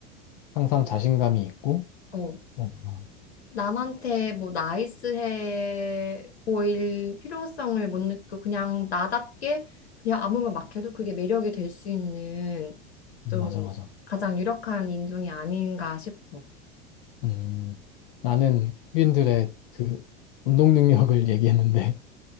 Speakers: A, on the left (about 60°); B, on the left (about 85°).
A: 항상 자신감이 있고
B: 어.
A: 뭔가
B: 남한테 뭐 나이스해 보일 필요성을 못 느끼고 그냥 나답게 그냥 아무 말 막 해도 그게 매력이 될 수 있는
A: 맞아
B: 좀
A: 맞아
B: 가장 유력한 인종이 아닌가 싶어.
A: 음, 나는 흑인들의 그 운동 능력을 <laughs> 얘기했는데